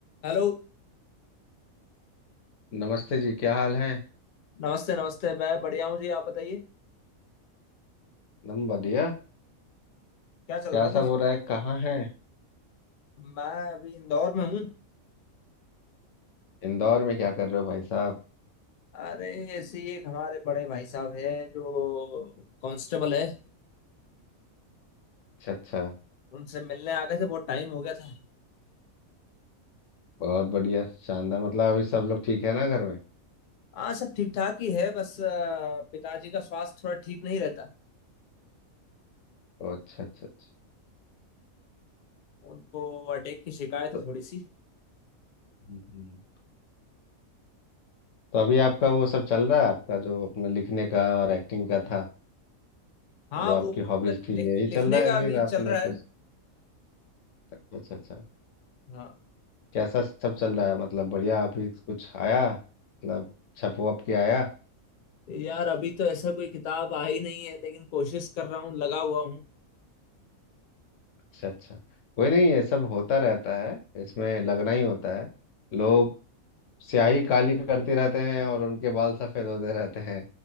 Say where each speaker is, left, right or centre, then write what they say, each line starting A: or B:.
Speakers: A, on the left; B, on the left.
A: Hello
B: नमस्ते जी क्या हाल है
A: नमस्ते नमस्ते मैं बढ़िया हूँ जी आप बताइए
B: एकदम बढ़िया
A: क्या चल
B: क्या
A: रहा
B: सब
A: था
B: हो रहा है कहाँ है
A: मैं अभी इंदौर में हूँ
B: इंदौर में क्या कर रहे हो भाई साहब
A: अरे ऐसे ही एक हमारे बड़े भाई साहब हैं जो कांस्टेबल है
B: अच्छा अच्छा
A: उनसे मिलने आ गए थे बहुत टाइम हो गया था
B: बहुत बढ़िया शानदार मतलब अभी सब लोग ठीक है ना घर में
A: हाँ सब ठीक ठाक ही है बस अ, पिताजी का स्वास्थ्य थोड़ा ठीक नहीं रहता
B: ओ, अच्छा अच्छा अच्छा
A: उनको अटैक की शिकायत
B: तो,
A: है थोड़ी सी
B: हम्म, हम्म। तो अभी आपका वो सब चल रहा है आपका जो अपने लिखने का और एक्टिंग का था
A: हाँ
B: जो आपकी
A: वो
B: हॉबीज
A: लिख,
B: थी यही
A: लिखने
B: चल रहा
A: का
B: है
A: अभी
B: फिर
A: चल
B: आपने
A: रहा
B: कुछ
A: है
B: अच्छा अच्छा अच्छा
A: हाँ
B: कैसा सब चल रहा है मतलब बढ़िया अभी कुछ आया मतलब छपो अब के आया
A: यार अभी तो ऐसा कोई किताब आई नहीं है लेकिन कोशिश कर रहा हूँ लगा हुआ हूँ <laughs>
B: अच्छा अच्छा कोई नहीं ये सब होता रहता है इसमें लगना ही होता है लोग स्याही काली करते रहते हैं और उनके बाल सफेद होते रहते हैं